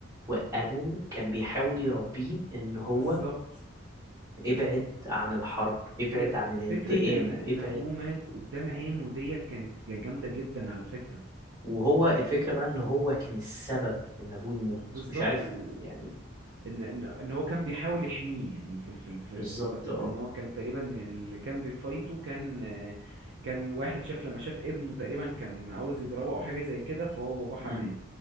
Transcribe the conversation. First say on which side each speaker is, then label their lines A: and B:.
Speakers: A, on the right; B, on the right.
A: وابوه كان بيحاول يربيه ان هو
B: بالظبط
A: ابعد عن الحرب ابعد
B: هي
A: عن الانتقام
B: فكرة ان ان
A: ابعد
B: ابوه مات قدام عينه ديت كانت جامدة جدا على فكرة
A: وهو الفكرة بقى ان هو كان السبب ان ابوه يموت
B: بالظبط
A: مش عارف
B: و...
A: يعني
B: ان ان ان هو كان بيحاول يحميه يعني في ال- في ال- في,
A: بالظبط
B: في الوقت ده
A: اه
B: ان هو كان تقريبا اللي كان بيفايته كان كان واحد شاف لما شاف ابنه تقريبا كان عاوز يضربه او حاجه زي كده فهو باباه حماه
A: امم